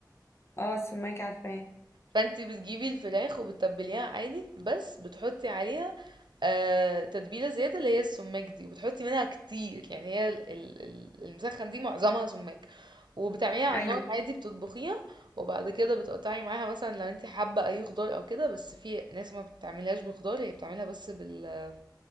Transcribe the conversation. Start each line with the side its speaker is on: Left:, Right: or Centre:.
Left: اه السماك عارفاه
Right: فانتي بتجيبي الفراخ وبتتبليها عادي بس بتحطي عليها آه تتبيلة زيادة اللي هي السماق دي وبتحطي منها كتير يعني هي ال- ال- ال- المسخن دي معظمها سماق وبتعمليها على
Left: ايوه
Right: النار عادي بتطبخيها وبعد كده بتقطعي معاها مثلا لو انتي حابة اي خضار او كده بس في ناس ما بتعملهاش بخضار هي بتعملها بس بال